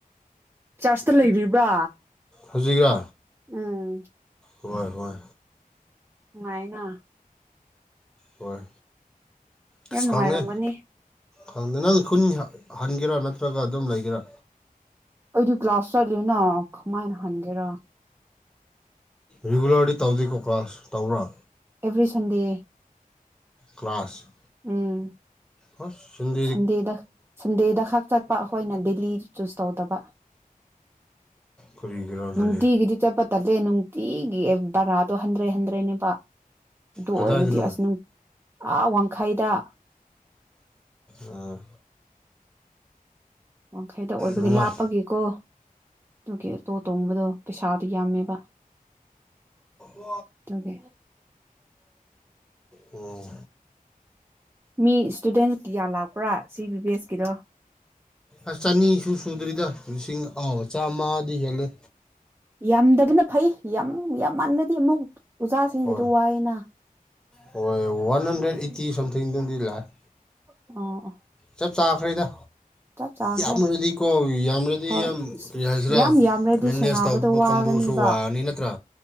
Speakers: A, on the right; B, in the centre.
A: ꯆ꯭ꯔꯁꯇ ꯂꯩꯔꯤꯕ꯭ꯔꯥ
B: ꯍꯧꯖꯤꯛꯂ
A: ꯎꯝ
B: ꯍꯣꯏ ꯍꯣꯏ
A: ꯅꯨꯉꯥꯏꯅ
B: ꯍꯣꯏ ꯑꯁ
A: ꯌꯥꯝ ꯅꯨꯡꯉꯥꯏꯔꯝꯒꯅꯤ
B: ꯈꯪꯗꯦ ꯈꯪꯗꯦ ꯅꯪ ꯈꯨꯟ ꯍꯟꯒꯦꯔꯥ ꯅꯠꯇ꯭ꯔꯒ ꯑꯗꯨꯝ ꯂꯩꯒꯦꯔꯥ
A: ꯑꯩꯗꯤ ꯀꯂꯥꯁ ꯆꯠꯂꯦꯅ ꯀꯃꯥꯏꯅ ꯍꯟꯒꯦꯔꯥ
B: ꯔꯤꯒꯨꯂꯔꯗꯤ ꯇꯧꯗꯦꯀꯣ ꯀ꯭ꯂꯥꯁ ꯇꯧꯕ꯭ꯔꯥ
A: ꯑꯦꯕ꯭ꯔꯤ ꯁꯟꯗꯦ
B: ꯀ꯭ꯂꯥꯁ
A: ꯎꯝ
B: ꯍꯁ <unintelligible>
A: ꯁꯟꯗꯦꯗ ꯁꯟꯗꯦꯗ ꯈꯛ ꯆꯠꯄ ꯑꯩꯈꯣꯏꯅ ꯗꯦꯂꯤ ꯆꯨꯁ ꯇꯧꯗꯕ
B: ꯀꯔꯤꯒꯤꯔꯥ ꯑꯗꯨꯗꯤ
A: ꯅꯨꯡꯇꯤꯒꯤꯗꯤ ꯆꯠꯄ ꯇꯜꯂꯦ ꯅꯨꯡꯇꯤꯒꯤ ꯑꯦ ꯕꯥꯥꯔꯥꯗꯣ ꯍꯟꯗ꯭ꯔꯦꯠ ꯍꯟꯗ꯭ꯔꯦꯠꯅꯦꯕ ꯑꯗꯨ
B: ꯀꯗꯥꯏꯗꯅꯣ
A: ꯑꯣꯏꯔꯗꯤ ꯑꯁ ꯑ ꯋꯥꯡꯈꯩꯗ
B: ꯑꯥ
A: ꯋꯥꯡꯈꯩꯗ ꯑꯣꯏꯕꯒꯤ
B: ꯅꯨꯡꯉꯥꯏ
A: ꯂꯥꯞꯄꯒꯤꯀꯣ ꯑꯗꯨꯒꯤ ꯑꯣꯇꯣ ꯇꯣꯡꯕꯗꯣ ꯄꯩꯁꯥꯗꯨ ꯌꯥꯝꯃꯦꯕ
B: <unintelligible>
A: ꯑꯗꯨꯒꯤ
B: ꯎꯝ
A: ꯃꯤ ꯏꯁꯇꯨꯗꯦꯟ ꯀꯌꯥ ꯂꯥꯛꯄ꯭ꯔꯥ ꯁꯤ ꯕꯤ ꯕꯤ ꯑꯦꯁ ꯀꯤꯗꯣ
B: ꯑꯁ ꯆꯅꯤ ꯁꯨꯗ꯭ꯔꯤꯗ ꯂꯤꯁꯤꯡ ꯑꯃ ꯆꯥꯝꯃꯗꯤ ꯍꯦꯜꯂꯦ
A: ꯌꯥꯝꯗꯕꯅ ꯐꯩ ꯌꯥꯝ ꯌꯥꯝ ꯃꯥꯟꯕꯗꯤ ꯑꯃꯨꯛ ꯑꯣꯖꯥꯁꯤꯡꯗꯨꯗ
B: ꯍꯣꯏ
A: ꯋꯥꯏꯑꯦꯅ
B: ꯍꯣꯏ ꯋꯥꯟ ꯍꯟꯗ꯭ꯔꯦꯗ ꯑꯩꯠꯇꯤ ꯁꯝꯊꯤꯡꯗꯨꯝꯗꯤ ꯂꯥꯛꯑꯦ
A: ꯑꯣ ꯑꯣ
B: ꯆꯞ ꯆꯥꯈ꯭ꯔꯦꯗ
A: ꯆꯞ ꯆꯥꯈ꯭ꯔꯦ
B: ꯌꯥꯝꯔꯗꯤꯀꯣ ꯌꯥꯝꯅꯗꯤ
A: ꯍꯣꯏ
B: ꯌꯥꯝ
A: ꯑꯁ
B: ꯀꯩ ꯍꯥꯏꯁꯤꯔꯥ
A: ꯌꯥꯝ ꯌꯥꯝꯔꯗꯤ
B: ꯃꯦꯅꯦꯖ
A: ꯁꯦꯟꯅꯕꯗꯣ
B: ꯇꯧꯕ
A: ꯋꯥꯒꯅꯤꯕ
B: ꯀꯥꯡꯕꯨꯁꯨ ꯋꯥꯅꯤ ꯅꯠꯇ꯭ꯔꯥ